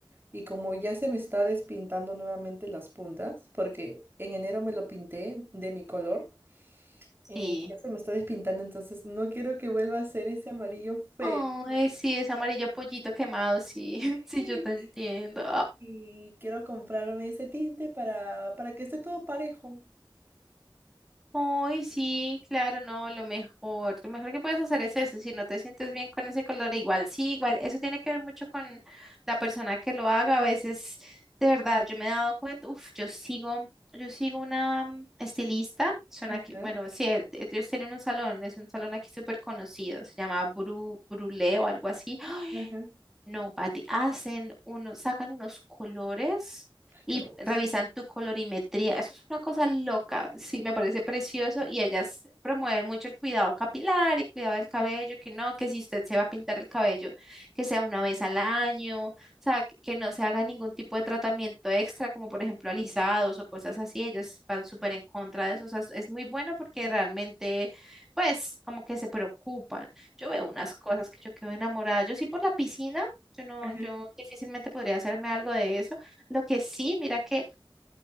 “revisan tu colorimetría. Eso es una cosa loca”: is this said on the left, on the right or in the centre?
Centre